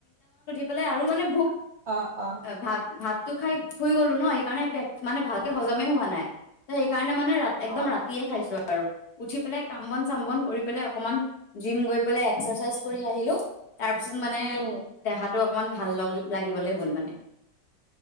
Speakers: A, on the left; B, on the right.
A: লে আৰু মানে ভোক
B: অ অ
A: ভাত ভাতো খাই শুই গ'লো ন সেইকাৰণে পেট মানে ভালকে হজমে হোৱা নাই ত সেইকাৰণে মানে মানে ৰা একদম
B: অ',
A: ৰাতিয়ে খাইছো আৰু আৰু উঠি পেলাই কাম বন চাম বন কৰি পেলাই অকমান জিম গৈ পেলাই এক্সাৰচাইজ কৰি আহিলো তাৰপিছত মানে,
B: উম
A: দেহাটো অকমান ভাল লাগিবলে হ'ল মানে।